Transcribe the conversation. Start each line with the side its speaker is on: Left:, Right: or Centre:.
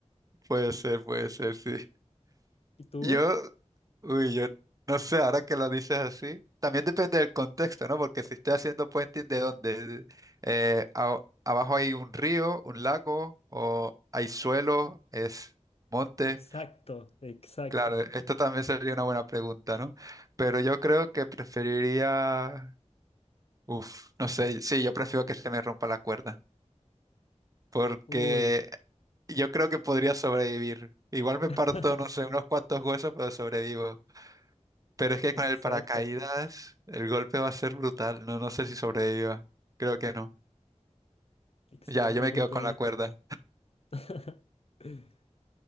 Right: Puede ser, puede ser, sí.
Left: ¿Y tú?
Right: Yo, uy, yo no sé, ahora que lo dices así, también depende del contexto, ¿no? Porque si estoy haciendo puenting, ¿de dónde? eh, a- abajo hay un río, un lago, o hay suelo, es monte.
Left: Exacto, exacto.
Right: Claro, esto también sería una buena pregunta, ¿no? Pero yo creo que preferiría Uf, no sé, sí, yo prefiero que se me rompa la cuerda, porque
Left: Uy.
Right: yo creo que podría sobrevivir. Igual me
Left: <laughs>
Right: parto, no sé, unos cuantos huesos, pero sobrevivo. Pero es que
Left: Exacto.
Right: con el paracaídas el golpe va a ser brutal, no, no sé si sobreviva. Creo que no.
Left: Excelente
Right: Ya, yo me
Left: punto
Right: quedo con
Left: de
Right: la
Left: vista.
Right: cuerda.
Left: <laughs>